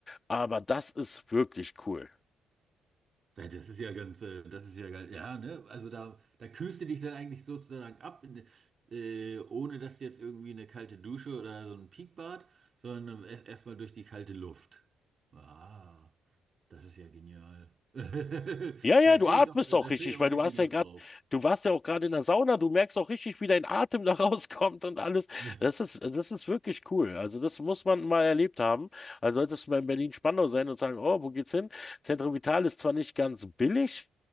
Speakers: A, on the left; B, on the right.
A: Aber das ist wirklich cool.
B: Ja, Das ist ja ganz, äh, das ist ja geil. Ja, ne? Also da, da kühlst du dich dann eigentlich sozusagen ab, in, äh, ohne dass du jetzt irgendwie eine kalte Dusche oder so ein Peakbad, sondern e- erstmal durch die kalte Luft. Ah, das ist ja genial. <laughs>
A: Ja, ja,
B: Da
A: du
B: kriege
A: atmest
B: ich doch, äh,
A: auch
B: da
A: richtig,
B: kriege ich auch
A: weil du
B: richtig
A: hast
B: Lust
A: ja gerade,
B: drauf.
A: du warst ja auch gerade in der Sauna, du merkst auch richtig, wie dein Atem da <laughs> rauskommt und alles.
B: <laughs>
A: Das ist, das ist wirklich cool. Also das muss man mal erlebt haben. Also solltest du mal in Berlin-Spandau sein und sagen, oh, wo geht's hin? Centro Vital ist zwar nicht ganz billig,